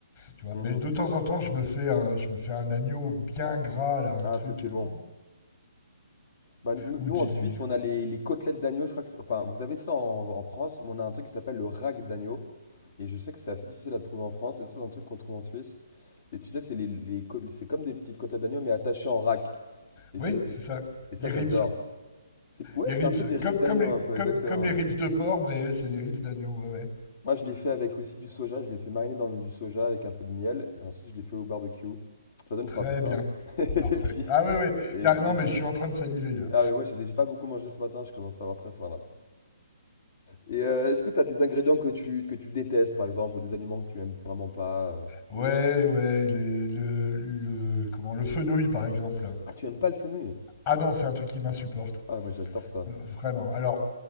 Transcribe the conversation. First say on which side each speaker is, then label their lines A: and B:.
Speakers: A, on the left (about 35°); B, on the left (about 50°).
A: tu vois.
B: Mhm.
A: Mais de temps en temps, je me fais un, je me fais un agneau bien gras, là, un
B: Ah,
A: truc,
B: est-ce que c'est
A: euh,
B: bon? Bah, nous,
A: ou
B: nous,
A: du...
B: en Suisse, on a les, les côtelettes d'agneau. Je crois que c'est- enfin, vous avez ça en, en France, mais on a un truc qui s'appelle le rack d'agneau. Et je sais que c'est assez difficile à trouver en France. Et ça, c'est un truc qu'on trouve en Suisse. Et tu sais, c'est les, les cô- c'est comme des petites côtelettes d'agneau, mais attachées en rack. Et,
A: Oui,
B: c'est, c'est-
A: c'est ça.
B: et ça,
A: Les ribs.
B: j'adore. C'est, ouais,
A: Les
B: c'est
A: ribs,
B: un peu des rives
A: comme,
B: d'agneau,
A: comme, les,
B: un peu,
A: comme,
B: exactement.
A: comme les ribs
B: ouais.
A: de porc, mais c'est des ribs d'agneau, ouais, ouais.
B: Moi, je l'ai fait avec aussi du soja. Je l'ai fait mariner dans le- du soja avec un peu de miel. Et ensuite, je l'ai fait au barbecue. Ça donne
A: Très
B: faim, tout ça.
A: bien.
B: hein. <laughs> Et
A: Parfait.
B: puis,
A: Ah ouais, ouais.
B: et
A: Car-
B: c'est
A: Non,
B: délicieux.
A: mais je suis en train de saliver, là.
B: Ah, mais moi, j'ai déjà pas beaucoup mangé ce matin. Je commence à avoir très faim, là. Et euh, est-ce que tu as des ingrédients que tu, que tu détestes, par exemple, ou des aliments que tu aimes vraiment pas euh
A: Ouais, ouais, les- le, le, comment, le fenouil par exemple.
B: Ah, tu aimes pas le fenouil?
A: Ah non, c'est un truc qui m'insupporte.
B: Ah, moi j'adore ça.
A: Euh, Vraiment. Alors,